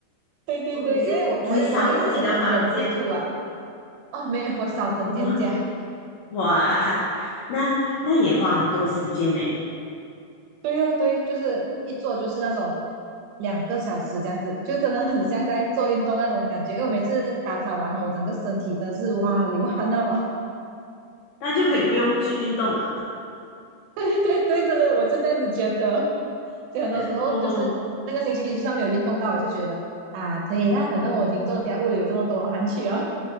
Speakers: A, on the right (about 75°); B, on the left (about 75°).
A: 对对对，
B: 哦，你是只扫自己的房间
A: 因为我我会我会我会很忍不住啊啊，没有我扫整间家，
B: 哦，哇，那那也花很多时间呢，
A: 对哦，对，就是一坐就是那种两个小时这样子，就真的很像在做运动那种感觉。因为我每次打扫完后，我整个身体真的是哇流汗到完。
B: 那就可以不用去运动了。
A: <laughs> 对对对，真的我是这样子觉得。所以很多时候就是那个星期就算没有运动到，
B: 哦，
A: 我也是觉得啊可以啦，反正我已经做家务流这么多汗去了。